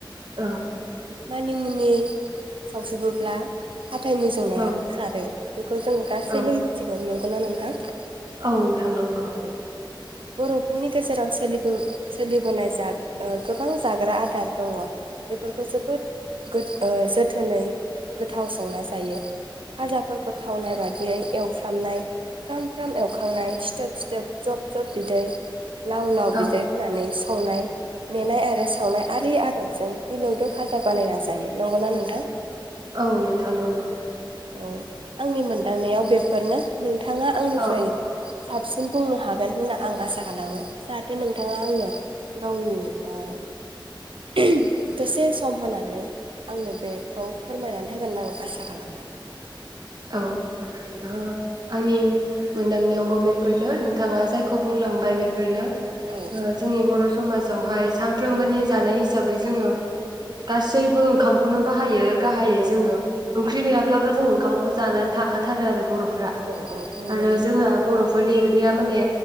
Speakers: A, on the right; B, on the right.
A: ओ
B: मानि मुनि सावसुबोब्ला हाथाइ मिजौनायाबो
A: औ
B: खारो बेखौ जों गासैबो
A: औ
B: मिथिगौ नं गौना नोंथां <unintelligible>
A: औ नोंथां नंगौ
B: औ बर'फोरनि गेजेराव सोलि <unintelligible> सोलिबोनाय जा गोबां जाग्रा आदार दङ बेफोरखौ जोबोद गो ओ जोथोनै गोथाव संना जायो खाजाफोरखौ थावनाय बादियै एवफ्रामनाय फ्राम फ्राम एवखांनाय सिथोब सिथोब जब जब। बिदै लाव लाव
A: औ
B: बिदै होनानै संनाय मेनाय आरो सावनाय आरि आदबजों मिलौदो खाजा बानायना जायो नंगौना नोंथां
A: औ नोंथां नंगौ
B: औ आंनि मोनदांनायाव बेफोरनो नों थाङा आंनिफ्राय।
A: औ
B: साबसिन बुंनो हागोन होनना आं आसा खालामो जाहाथे नोंथाङा आंनो गावनि ओ <unintelligible> दसे सम होनानै आंनो बेखौ फोरमायनानै होगोन आं आसा खालामबाय।
A: औ।
B: उम
A: ओ आंनि मोनदांनायावबो बेफोरनो नोंथाङा जायखौ बुंलांबाय बेफोरनो।
B: औ
A: ओ जोंनि बर' समाजावहाय। सानफ्रोमबोनि
B: औ
A: जानाय हिसाबै। जोङो गासैबो ओंखामखौनो बाहायो। गाहायै
B: औ
A: जोङो ओंख्रि गैयाब्लाबो जों खामखौ। जानानै थाखाथारो आरो बर' फ्रा
B: औ औ औ नंगौ
A: आरो
B: नंगौ
A: जोंहा बर'फोरनि उदैया माने